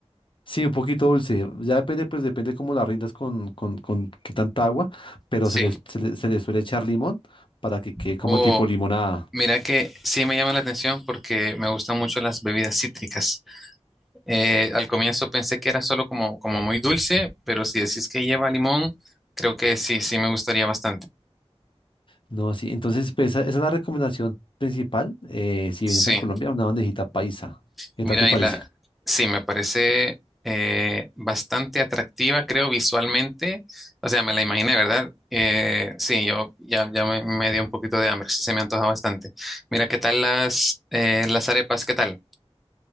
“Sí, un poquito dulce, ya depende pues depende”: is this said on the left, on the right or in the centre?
Left